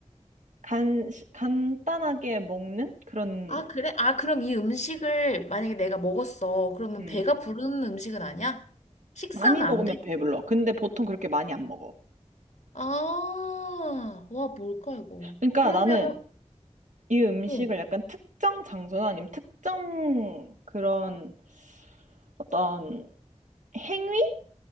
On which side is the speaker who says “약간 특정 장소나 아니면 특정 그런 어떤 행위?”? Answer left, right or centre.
Right